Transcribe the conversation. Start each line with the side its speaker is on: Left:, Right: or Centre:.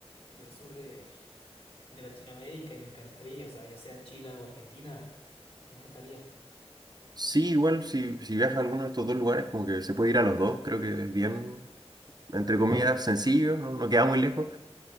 Left: del sur de, de Latinoamérica y me encantaría, o sea, ya sea Chile o Argentina, me encantaría.
Right: Sí, igual si, si viajas a alguno de estos dos lugares, como que se puede ir a los dos, creo que es bien. entre comillas, sencillo, no, no queda muy lejos.